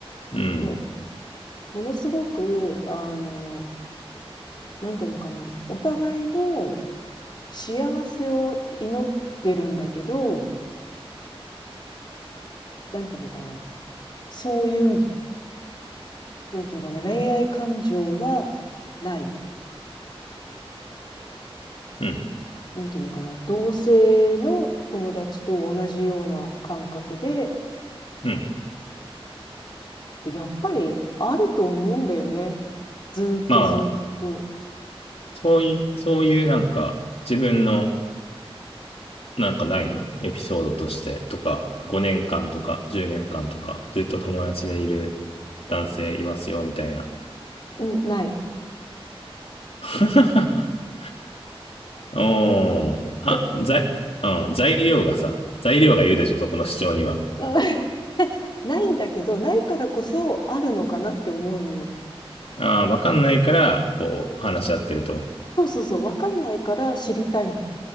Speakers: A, on the left; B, on the left.
A: うん。
B: もうものすごく、あの、なんていうのかな、お互いの幸せを祈ってるんだけど、なんていうのかな、そういう、なんていうのかな、恋愛感情はない。
A: うん。
B: なんていうのかな、同性の友達と同じような感覚で、
A: うん。
B: でやっぱりあると思うんだよね。ずーっとずーっと。
A: まあ、そうい、そういうなんか自分のなんかないのエピソードとしてとか、5年間とか10年間とか、ずっと友達でいる男性いますよ、みたいな。
B: うん、ない。
A: <laughs> おー、は、
B: そ
A: 材、うん、材料がさ、材料がいるでしょ、そこの主張には。
B: うない <laughs> ないんだけど、ないからこそあるのかなって思うのよ。
A: ああ、わかんないから、こう、話し合ってると。
B: そうそうそう、わかんないから知りたいの。